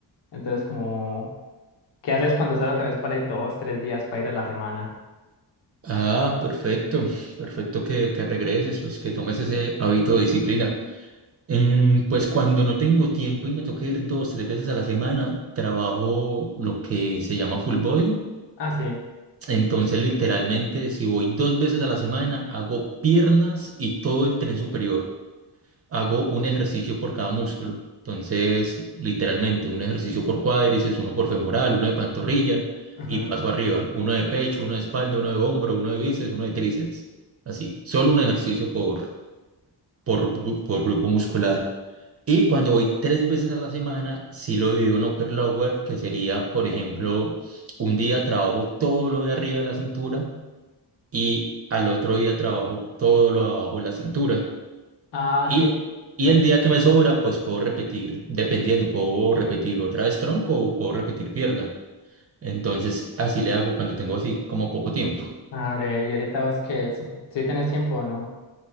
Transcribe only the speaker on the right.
Ah, perfecto, perfecto que, que regreses, pues que tomes ese hábito de disciplina. Em, pues cuando no tengo tiempo y me toca ir dos, tres veces a la semana, trabajo lo que se llama full body.
Entonces, literalmente, si voy dos veces a la semana, hago piernas y todo el tren superior. hago un ejercicio por cada músculo. Entonces, literalmente, un ejercicio por cuádriceps, uno por femoral, uno de pantorrilla
y paso arriba. Uno de pecho, uno de espalda, uno de hombro, uno de bíceps, uno de tríceps. Así. Solo un ejercicio por, por, gru- por grupo muscular. Y cuando voy tres veces a la semana, sí lo divido en upper lower, que sería, por
ejemplo,
un día trabajo todo lo de arriba de la cintura y al otro día trabajo todo lo de abajo de la cintura.
Y,
y
el día que me sobra, pues puedo repetir, dependiendo, puedo repetir otra vez tronco o puedo repetir pierna. Entonces, así le hago cuando tengo así como poco tiempo.